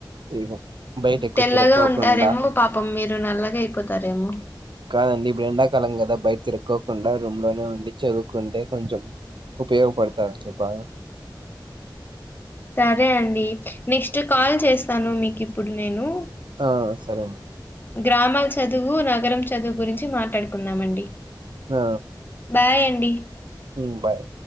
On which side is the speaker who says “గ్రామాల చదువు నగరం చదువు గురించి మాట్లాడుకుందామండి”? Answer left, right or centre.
Left